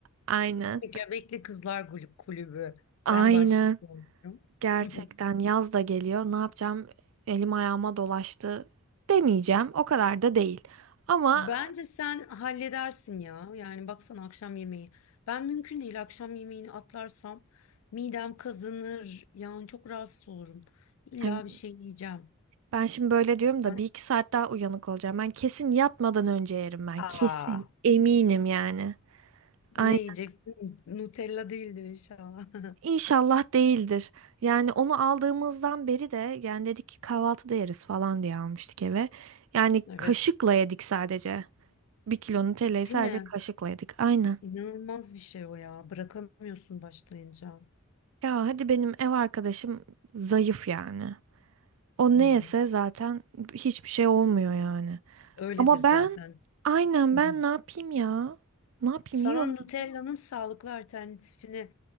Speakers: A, on the right; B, on the left.
A: aynen.
B: Göbekli Kızlar Kulüp- Kulübü.
A: Aynen.
B: Ben başlıyorum.
A: Gerçekten
B: <laughs>
A: yaz da geliyor. Ne yapacağım? Elim ayağıma dolaştı demeyeceğim. O kadar da değil. Ama
B: Bence sen halledersin ya. Yani baksana akşam yemeği. Ben mümkün değil akşam yemeğini atlarsam midem kazanır. Yani çok rahatsız olurum. İlla
A: hani
B: bir şey yiyeceğim.
A: ben şimdi böyle diyorum da
B: Sen
A: bir iki saat daha uyanık olacağım. Ben kesin yatmadan önce yerim ben.
B: Aa,
A: Kesin. Eminim yani.
B: ne
A: Aynen.
B: yiyeceksin? Nutella değildir inşallah. <laughs>
A: İnşallah değildir. Yani onu aldığımızdan beri de yani dedik ki kahvaltıda yeriz falan diye almıştık eve. Yani
B: Evet.
A: kaşıkla yedik sadece. Bir kilo Nutella'yı sadece
B: Değil mi?
A: kaşıkla yedik. Aynen.
B: İnanılmaz bir şey o ya. Bırakamıyorsun başlayınca.
A: Ya hadi benim ev arkadaşım zayıf yani. O
B: Hmm.
A: ne yese zaten hiçbir şey olmuyor yani.
B: Öyledir
A: Ama
B: zaten.
A: ben aynen
B: Hı
A: ben
B: hı.
A: ne yapayım ya? Ne yapayım
B: Sana
A: yiyor muyum?
B: Nutella'nın sağlıklı alternatifini